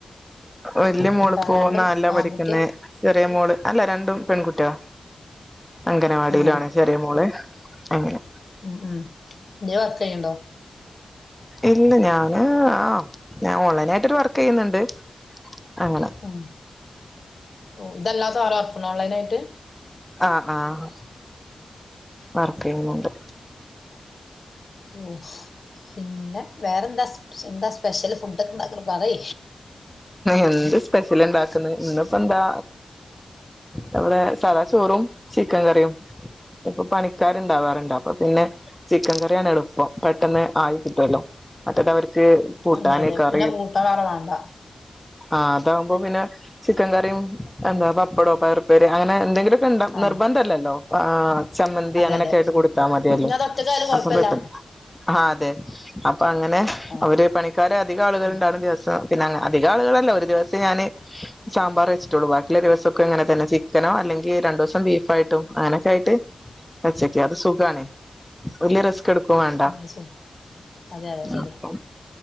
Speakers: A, in the centre; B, on the left.
A: വല്യ മോൾ
B: രണ്ടാളോ
A: ഇപ്പോ
B: രണ്ടും
A: നാലിൽ ആണ്
B: ആൺകുട്ട്യാ
A: പഠിക്കുന്ന ചെറിയ മോള് അല്ല രണ്ടും പെൺകുട്ടിൾ അംഗനവാടിയില
B: ആഹ്
A: ആൺ. ചെറിയ മോളെ അങ്ങനെ
B: ഉം ഉം ഇ വർക്ക് ചെയ്യണ്ടോ
A: ഇല്ല ഞാന് ആ ഞാൻ ഓൺലൈൻ ആയിട്ടൊരു വർക്ക് ചെയ്യുന്നുണ്ട് അങ്ങനെ
B: ഉം ഓഹ് ഇതല്ലാത്ത വേറെ വർക്ക്‌ ഉണ്ടോ ഓൺലൈൻ ആയിട്ട്
A: ആഹ് ആഹ് വർക്ക് ചെയ്യുന്നുണ്ട്
B: ഓഹ് പിന്നെ വേറെന്താ എന്താ സ്പെഷ്യൽ ഫുഡ ഒക്കെ ഉണ്ടാക്കറ് പറി
A: എന്ത് സ്പെഷ്യൽ ഉണ്ടാക്കുന്നത് ഇന്നിപ്പോ എന്താ നമ്മളാ സദാ ചോറും ചിക്കൻ കറിയും ഇപ്പൊ പണിക്കാരുണ്ടാവാറുണ്ട് അപ്പൊ പിന്നെ ചിക്കൻ കറിയാണ് എളുപ്പം പെട്ടെന്ന് ആയി കിട്ടുല്ലോ മറ്റേത് അവർക്ക് ഏഹ് കൂട്ടാന്
B: അതെ അതെ
A: കറി
B: പിന്നെ കൂട്ടാൻ വേറെ വേണ്ട
A: ആഹ് അതകുമ്പോ പിന്നെ ചിക്കൻ കറിയും എന്താ പപ്പടോ പയറു ഉപ്പേരിയോ അങ്ങനെ എന്താക്കിലും ണ്ട
B: ആ
A: നിർബന്ധല്ലല്ലോ ആഹ് ചമ്മന്തി
B: അതെ
A: അങ്ങനെയൊക്കെ
B: അതെ
A: ആയിട്ട് കൊടുത്താ മതിയല്ലോ
B: ഇനി അത് ഒറ്റക്കായാലും കൊഴപ്പല്ല
A: അപ്പൊ പെട്ടെന്ന് ആഹ് അതെ അപ്പൊ അങ്ങനെ
B: ആ
A: അവര് പണിക്കാര് അധികം ആളുകൾണ്ടാണ്
B: ഉം
A: ദിവസം പിന്നെ അധിക ആളുകളല്ല ഒരു ദിവസം ഞാന് സാമ്പാറ് വെച്ചിട്ടുള്ളൂ ബാക്കിലെ ദിവസക്കെ ഇങ്ങനെ തന്നെ ചിക്കനോ അല്ലെങ്കി രണ്ട് ദിവസം ബീഫ ആയിട്ട് അങ്ങനൊക്കെ ആയിട്ട് അച്ചക്ക അത് സുഖാണ് വല്യ റിസ്ക്ക് ക്കും വാണ്ട
B: ആ, അത് സുഖ അതെ അതെ ശരിയാ
A: അപ്പം